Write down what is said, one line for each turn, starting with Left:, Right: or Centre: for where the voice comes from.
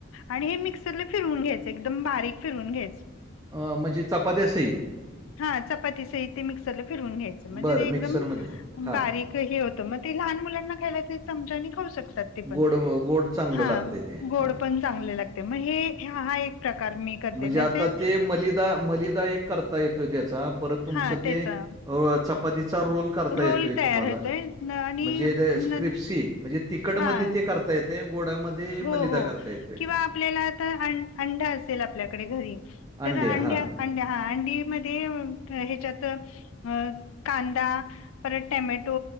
Left: आणि हे मिक्सरला फिरवुन घ्यायच, एकदम बारीक फिरवून घ्यायच.
Right: म्हणजे चपात्या सहित?
Left: हा चपातीसहित ते मिक्सरला फिरवून घ्यायचं म्हणजे
Right: बरं
Left: ते एकदम
Right: मिक्सरमध्ये. हां.
Left: बारीक ते हे होतं मग ते लहान मुलांना खायला ते चमचानी खाऊ शकत पण
Right: गोड गोड चांगलं
Left: हा
Right: लागतंय ते.
Left: गोड
Right: हां.
Left: पण चांगले लागते मग हे हा एक प्रकार मी करते
Right: म्हणजे आता
Left: नसेल
Right: ते मलिदा मलिदा एक करता येतोय त्याचा. परत तुमचं
Left: हा
Right: ते
Left: त्याचा
Right: चपातीचा रोल करता
Left: रोल
Right: येतोय
Left: तयार
Right: तुम्हाला.
Left: होतोय न आणि
Right: म्हणजे स्क्रिप्सी
Left: न
Right: म्हणजे तिखटमध्ये
Left: हा
Right: ते करता येते. गोडामध्ये
Left: हो
Right: मलिदा
Left: हो
Right: करता येतोय.
Left: किंवा आपल्याला आता अंड असेल आपल्याकडे घरी तर
Right: अंडे
Left: अंड्या
Right: हां.
Left: अंड्या हा अंडी मध्ये ह्याच्यात अ कांदा परत टॅमॅटो,